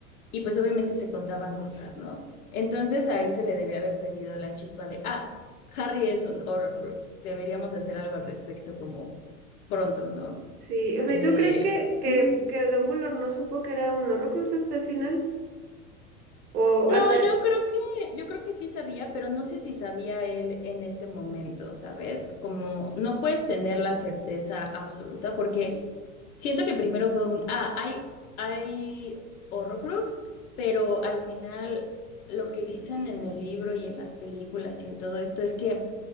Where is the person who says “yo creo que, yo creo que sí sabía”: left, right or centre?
Left